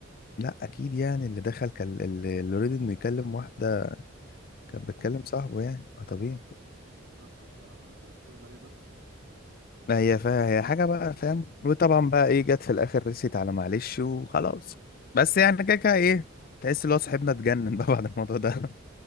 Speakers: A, on the left (about 45°); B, on the right (about 55°).
A: لا اكيد يعني اللي دخل كان اللي اللي يريد انه يكلم واحده
B: م-
A: كانت بتكلم صاحبه يعني ما طبيعي
B: م- بالظبط الصراحة انا شايف كده ده ايه ده
A: ما هي فا هي حاجة بقى فاهم وطبعا بقى ايه جت في الاخر رسيت على معلش وخلاص بس يعني كده كده ايه تحس اللي هو صاحبنا اتجنن <laughs> بقى بعد الموضوع ده <laughs>